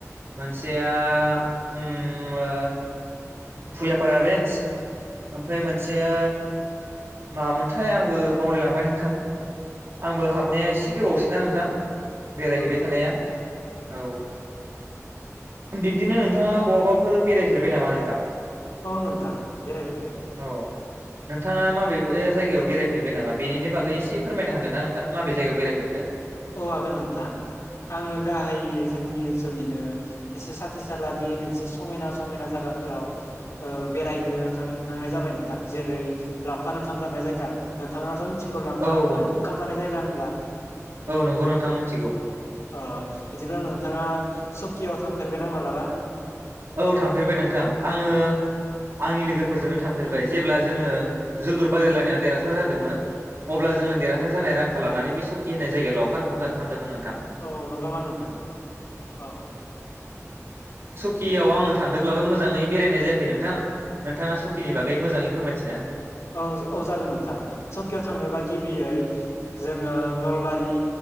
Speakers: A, on the right (about 50°); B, on the left (about 65°).
A: मोनसे आ उम ओ भुयापारा रेन्ज ओमफ्राय मोनसेया मामोनथाय आंबो बावलायलांबाय नोंथां
B: औ
A: आंबो हाबनाया
B: नंगौ
A: एसे गोबावसैना नोंथां बेरायहैबाय
B: नामा
A: थानाया।
B: नोंथां
A: औ बिब्दिनो नोंथाङा बहाबाफोर बेरायफेरबाय नामा नोंथां?
B: औ नोंथां बेरायफेरबाय
A: औ नोंथाङा माबे जायगायाव बेरायफेरबाय नामा? बेनि बागै एसे फोरमायनो हागोन ना नोंथां माबे जायगायाव बेरायफेरखो?
B: औ हागोन नोंथां आङो गाहाय जोंनि ओनसोल बिदिनो एसे साथि सलानि मोनसे समायना समायना जागाफोराव ओ बेरायनो थां-थांनाय जाबाय नोंथां। जेरै लावखार ओंखाम जानाय जायगा नोंथाङाथ' मिथिगौ लांखा
A: औ
B: ओंखाम जानाय जायगा होनब्ला?
A: औ नंगौ नोंथां मिथिगौ
B: अ बिदिब्ला नोंथाङा सकियाव थांफेरबायना मालाबा?
A: औ थांफेरबाय नोंथां आङो आंनि लोगोफोरजोंनो थांफेरबाय जेब्ला जोङो जोलुर बादायलायनायाव देरहासार जादोंमोन अब्ला जोङो देरहासार जानाय रां खौ लानानै बे सखि होनाय जायगायाव लावखार ओामजानो थांदोंमोन नों
B: औ नोंगौ मा नोंथां औ
A: सकि आव आङो थांदोंब्लाबो मोजाङै बेरायनाय जायाखै नोंथां। नोंथाङा सुखिनि बागै मोजाङै फोरमायथि
B: औ औ जागोन नोंथां सकियाव थांनोब्ला गिबियै जोङो नलबारि